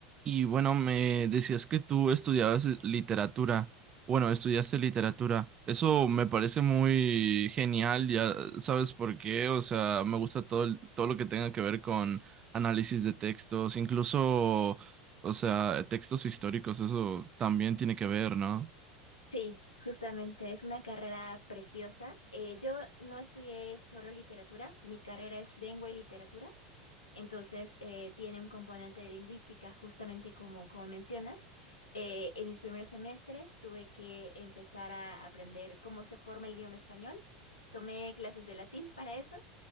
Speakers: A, on the right; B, on the left.
A: Y bueno, me decías que tú estudiabas eh, literatura. Bueno, estudiaste literatura. Eso me parece muy genial, ya sabes por qué. O sea, me gusta todo, el- todo lo que tenga que ver con análisis de textos, incluso, o sea, textos históricos, eso también tiene que ver, ¿no?
B: Sí, justamente es una carrera preciosa. Eh, yo no estudié solo literatura, mi carrera es lengua y literatura, entonces eh, tiene un componente de lingüística, justamente como, como mencionas. Eh, en mis primeros semestres tuve que empezar a aprender cómo se forma el idioma español. Tomé clases de latín para eso